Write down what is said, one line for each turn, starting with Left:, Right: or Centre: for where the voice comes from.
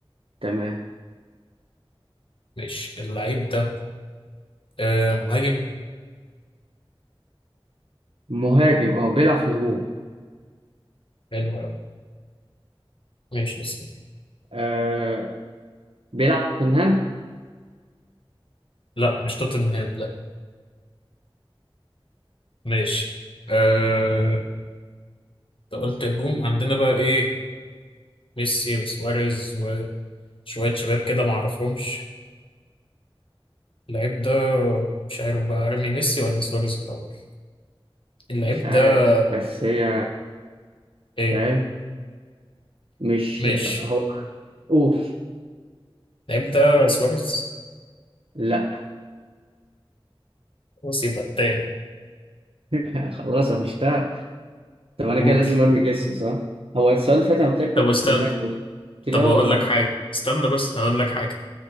Right: تمام
Left: ماشي اللعيب ده آه مهاجم
Right: مهاجم أه بيلعب في الهجوم
Left: حلو قوي ماشي بس كده
Right: آه بيلعب في توتنهام
Left: لا مش توتنهام لا ماشي آه انت قلت هجوم عندنا بقى ايه ميسي وسواريز وشويه شباب كده ما اعرفهمش اللعيب ده مش عارف بقى ارمي ميسي ولا سواريز الاول اللعيب
Right: مش عارف
Left: ده
Right: بس هي
Left: ايه
Right: فاهم مش
Left: ماشي
Right: هو أوف
Left: اللعيب ده سواريز
Right: لا
Left: خلاص يبقى التاني
Right: <laughs> خلاص قفشتها طب أنا
Left: قول
Right: كده لازم أرمي جس صح؟ هو السؤال اللي فات أنا قلت لك
Left: طب
Right: برضه
Left: استنى
Right: توتنهام قلت لي
Left: طب
Right: أه
Left: هقول
Right: ولا
Left: لك
Right: لأ
Left: حاجه استنى بس هقول لك حاجه